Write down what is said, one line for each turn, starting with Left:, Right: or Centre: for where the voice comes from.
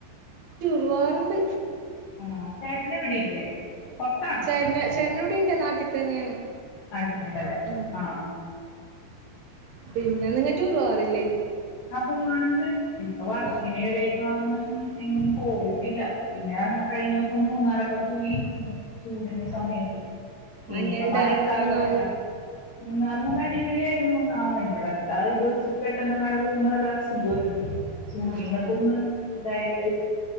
Right: റവാറ്ണ്ട്
Left: ആഹ് ചേട്ടന് ഇവിടില്ലേ പൊറത്താണോ
Right: ചേര ചേരണൂടിണ്ട് നാ തന്നെയാണ്
Left: ആട്ടന്നണ്ടല്ലേ
Right: ഉം
Left: ആ
Right: പിന്നെ നിങ്ങ റ്റൂറോ വാറില്ലേ
Left: ഞാൻ പോ വാറണ്ട് ഇപ്പൊ വർക്കിന
Right: ആഹ്
Left: കേറിക്കണ കാര്ണം എങ്ങും പോയിട്ടില്ല പിന്നെ കഴിഞ്ഞ ദിവസം മൂന്നാറൊക്കെ പോയി വന്ന് ചൂടിന്റെ സമയത്ത്
Right: ആഹ്
Left: ഇനിയിപ്പ
Right: എങ്ങനെ ഉണ്ടായിരുന്നു
Left: മഴക്കാലയില്ല
Right: മൂന്നാറ്?
Left: മന്നാറ് നല്ല അടിപൊ ലിയായിരുന്നു ആ ഇവിട ത്താ ഇത് വച്ചിട്ട് പെട്ടെന്ന് നിങ്ങളല്ല സുഖരുന്നു ചൂ
Right: ആഹ്
Left: ടിന്നൊക്കോന്ന്
Right: ആഹ്
Left: ഇതായിട്ട്